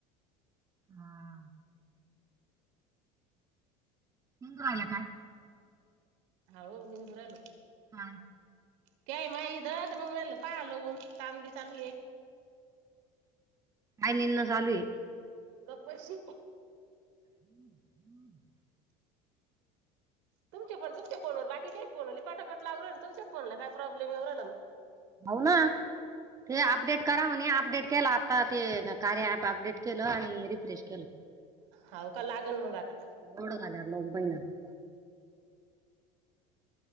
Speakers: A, on the right; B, on the right.
A: हा हंग राला काय
B: अव नि बुराल
A: हा
B: ते माझ जात मग नाही पाहालं होन काां बी चालू आहे
A: काय निन चालू आहे
B: कपशी
A: हम्म हम्म
B: तुमच्या फो तुमच्या फोनवर बाकी काही फोनले पाटापट लाववर ना तुमच फोनला काय प्रॉब्मवला मग
A: होऊ ना ते अपडेट करा म्हणे अपडेट केला आता ते कार्य ऍप अपडेट केलं आणि रिफ्रेश केलं
B: हव का लागल मग आता
A: ोडं घाल्या लों पहिणार